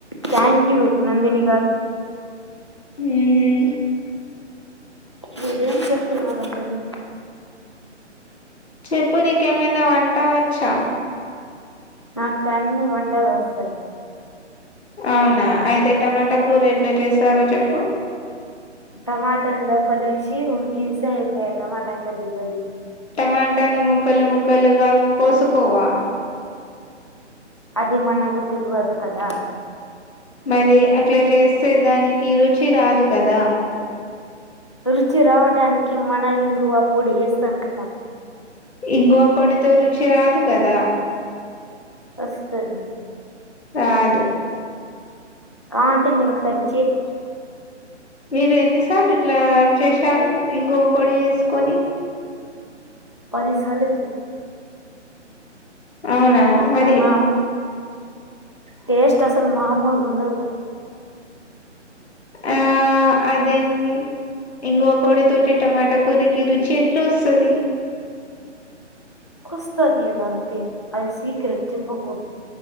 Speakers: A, on the left; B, on the left.
A: థ్యాంక్ యూ నందిని గారు
B: ఉహు
A: మీరేం చెప్తున్నారు అసలు
B: చెప్పు నీకేమైనా వంటావచ్చా
A: నాకు అన్నీ వంటలు వస్తాయి
B: అవునా అయితే టమాటా కూర ఎట్లా చేస్తారో చెప్పు
A: టమాటాని లోపలేశి ఉుడ్కిస్తే అయిపోయే టమాటా కర్రి రెడీ
B: టమాటాను ముక్కలు ముక్కలుగా కోసుకోవా
A: అది మన్నకు తెలవదు కదా
B: మరి అట్లా చేస్తే దానికి రుచి రాదు కదా
A: రుచి రావడానికి మన ఇంగువా పొడి ఏస్తాం కదా
B: ఇంగువ పొడితో రుచి రాదు కదా
A: వస్తది
B: రాదు
A: కావాలంటే మీరు ఒకసారి చెయ్
B: మీరు ఎన్నిసార్లు ఇట్లా చేసారు ఇంగవ పొడి వేసుకొని
A: పది సార్లు
B: అవునా మరి
A: మామూ టేస్ట్ అసలు మామూలుగా ఉండదు
B: ఆ అదేంటి ఇంగువ పొడి తోటి టమాటా కూరకి రుచి ఎట్లా వస్తది
A: వస్తాది ఇంకా అది సీక్రెట్ చెప్పకు